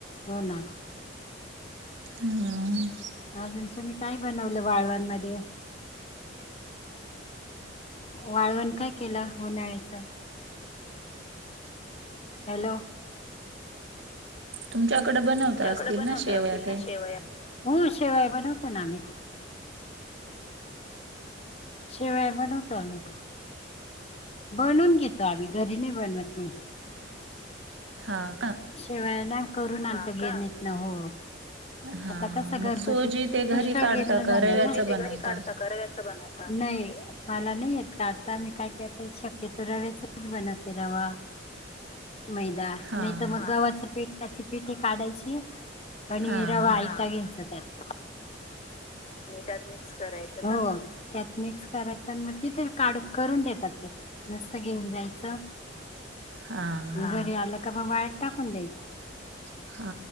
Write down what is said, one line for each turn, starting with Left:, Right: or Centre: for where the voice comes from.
Left: हो ना.
Right: हं.
Left: अजून तुमी काय बनवलं वाळवान मदे? वाळवण काय केलं उन्हाळ्याच? हॅलो.
Right: तुमच्याकडे बनवता
Left: तुमच्याकड
Right: असतील
Left: बनवता
Right: ना शेवया
Left: असतील
Right: ते?
Left: ना शेवया. हो शेवया बनवतो ना आम्ही. शिवाया बनवतो आम्ही. बनून घेतो आम्ही. घरी नई बनवत मी.
Right: हा.
Left: शेवया ना करून आनतो गीरणीतन हो.
Right: हां.
Left: आता कस घरगुती
Right: मग सोजी ते
Left: पुष्कळ
Right: घरी काढता
Left: गिरन्या झाल्याना.
Right: का रव्याचं
Left: सुजी ते
Right: बनवता?
Left: री काडता का रव्याच बनवता. नाहीं मला नई येत काडता. मी काय करते शक्यतो रव्याच बनवते रवा. मैदा
Right: हां.
Left: नई तर मग गव्हाच्या पेठाची पिठी काडायची आणि
Right: हां,
Left: रवा
Right: हां.
Left: आयता घ्यायचा त्यात. आणि त्यात मिक्स करायचं ना? हो मिक्स करायच अन म तिथून. काडुन करून देतात ते. घेऊन जायचं.
Right: हां, हां.
Left: घरी आलं का मग वाळत टाकून द्यायचं.
Right: हा.